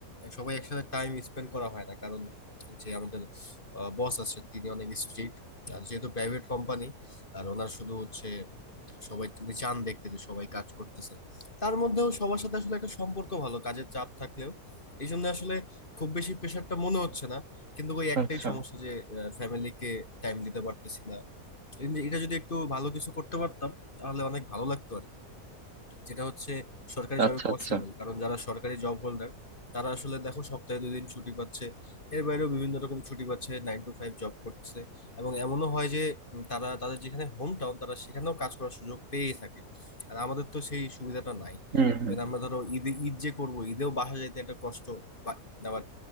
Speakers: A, on the left; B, on the right.
A: সবাই একসাথে টাইম স্পেন্ড করা হয় না কারণ যে আমাদের বস আছেন তিনি অনেক স্ট্রিক্ট আর যেহেতু প্রাইভেট কোম্পানি আর ওনার শুধু হচ্ছে সবাই তিনি চান দেখতে যে সবাই কাজ করতেছে তার মধ্যেও সবার সাথে আসলে একটা সম্পর্ক ভালো কাজের চাপ থাকলেও এই জন্য আসলে খুব বেশি প্রেশারটা মনে হচ্ছে না কিন্তু ওই একটাই
B: আচ্ছা
A: সমস্যা যে ফ্যামিলিকে টাইম দিতে পারতেছি না এটা যদি একটু ভালো কিছু করতে পারতাম তাহলে অনেক ভালো লাগতো আর কি। যেটা হচ্ছে সরকারি
B: আচ্ছা
A: জবে পসিবল
B: আচ্ছা
A: কারণ যারা সরকারি জব হোল্ডার তারা আসলে দেখো সপ্তাহে দুই দিন ছুটি পাচ্ছে এর বাইরেও বিভিন্ন রকম ছুটি পাচ্ছে নাইন টু ফাইভ জব করছে এবং এমনও হয় যে উম, তারা তাদের যেখানে হোম টাউন তারা সেখানেও কাজ করার সুযোগ পেয়েই থাকে আর আমাদের তো সেই সুবিধাটা নাই
B: হুম হুম
A: এবার আমরা ধরো ঈদ ঈদ যে করবো ঈদেও বাসা যাইতে একটা কষ্ট বা- আবার